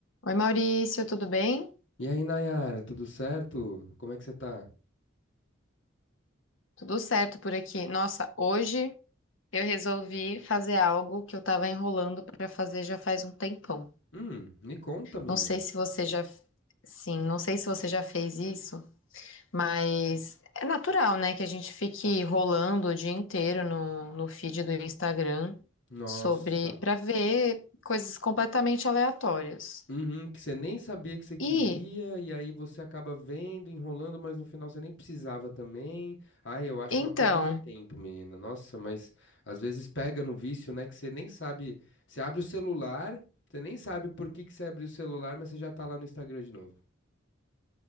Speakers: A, on the left (about 85°); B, on the left (about 65°).
A: Oi, Maurício, tudo bem?
B: E aí, Nayara, tudo certo? Como é que você tá?
A: Tudo certo por aqui. Nossa, hoje eu resolvi fazer algo que eu tava enrolando para fazer já faz um tempão.
B: Hum, me conta, amiga.
A: Não sei se você já, sim, não sei se você já fez isso, mas é natural, né, que a gente fique rolando o dia inteiro no, no feed do Instagram
B: Nossa.
A: sobre para ver coisas completamente aleatórias.
B: Uhum, que você nem sabia que você queria,
A: E
B: e aí você acaba vendo, enrolando, mas no final você nem precisava também. Ai, eu acho
A: então,
B: uma perda de tempo, menina. Nossa, mas às vezes pega no vício, né? Que você nem sabe. Você abre o celular, você nem sabe por que que você abriu o celular, mas você já tá lá no Instagram de novo.